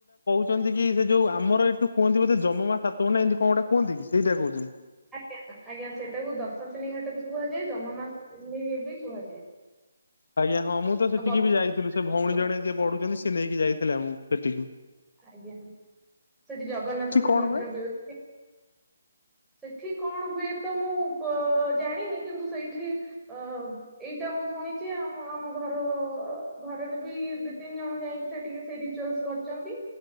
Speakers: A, on the left; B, in the centre.
A: ଚନ୍ତି କି ସେ ଯୋଉ ଆମର ଏଠୁ କୁହନ୍ତି ବୋଧେ ଜମମା ସାତ ମାନେ ଏମତି କଣ ଗୋଟା କୁହନ୍ତି କି ସେଇଟା କହୁଚନ୍ତି।
B: ଆଜ୍ଞା ଆଜ୍ଞା ସେଇଟାକୁ ଦଶାଶିନୀ ଘାଟ ବି କୁହାଯାଏ ଜମମା ସାତ ବି କୁହାଯାଏ।
A: ଆଜ୍ଞା ହଁ ମୁଁ ତ ସେଠିକି
B: ଆଉ ବଳଦ
A: ବି ଯାଇଥିଲୁ ସେ ଭଉଣୀ
B: କୁହାଯାଏ।
A: ଜଣେ ଯିଏ ପଢୁଛନ୍ତି ସେ ନେଇକି ଯାଇଥିଲେ ଆମକୁ ସେଠିକି।
B: ଆଜ୍ଞା ସେଠି ଜଗନ୍ନାଥଙ୍କ
A: କଣ
B: ମନ୍ଦିର
A: ହୁଏ
B: ବି ଅଛି। ସେଠି କଣ ହୁଏ ତ ମୁଁ ପ ଜାଣିନି କିନ୍ତୁ ସେଇଠି ଅ ଏଇଟା ମୁଁ ଶୁଣିଚି ଆମ ଆମ ଘରର ଘରେରେ ବି ଦି ତିନି ଜଣ ଯାଇକି ସେଠିକେ ସେ ରିଚୁଆଲସ୍ କରିଚନ୍। ଛନ୍ତି